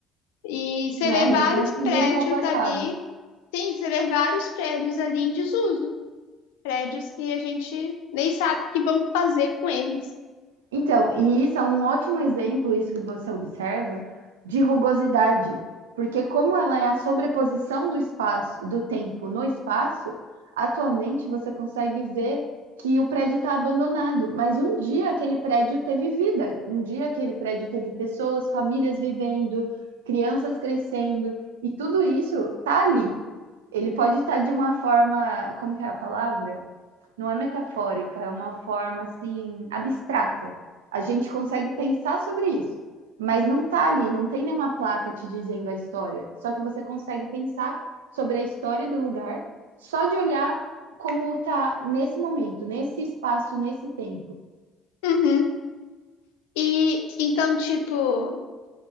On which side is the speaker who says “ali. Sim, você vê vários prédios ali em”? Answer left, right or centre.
Left